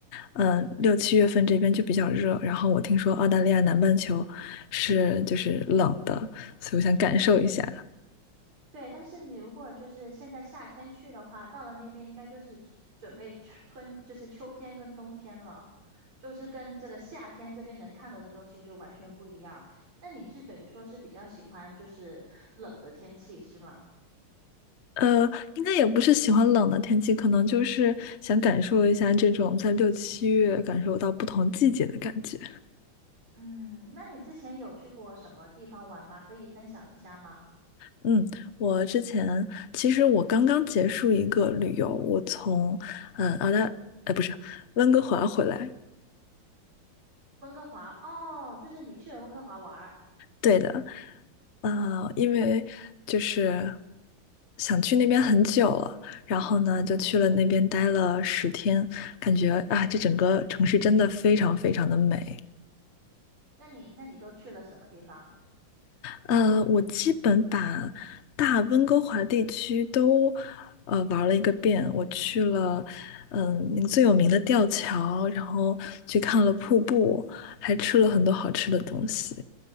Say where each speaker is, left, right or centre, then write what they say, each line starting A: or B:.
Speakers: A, on the left (about 50°); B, on the right (about 80°).
A: 嗯，六七月份这边就比较热，然后我听说澳大利亚南半球是就是冷的，所以我想感受一下。
B: 对，但是你如果就是现在夏天去的话，到了那边应该就是准准备春，春就是秋天跟冬天了，就是跟这个夏天这边能看到的东西就完全不一样。那你是等于说是比较喜欢就是冷的天气是吗？
A: 呃，应该也不是喜欢冷的天气，可能就是想感受一下这种在六七月感受到不同季节的感觉。
B: 嗯，那你之前有去过什么地方玩吗？可以分享一下吗？
A: 嗯，我之前其实我刚刚结束一个旅游，我从嗯澳大，哎不是温哥华回来，
B: 温哥华，哦，就是你去了温哥华玩儿，
A: 对的，呃，因为就是想去那边很久了，然后呢就去了那边待了十天，感觉啊这整个城市真的非常非常的美，
B: 那你那你都去了什么地方？
A: 呃，我基本把大温哥华地区都呃玩了一个遍。我去了，嗯，那个最有名的吊桥，然后去看了瀑布，还吃了很多好吃的东西。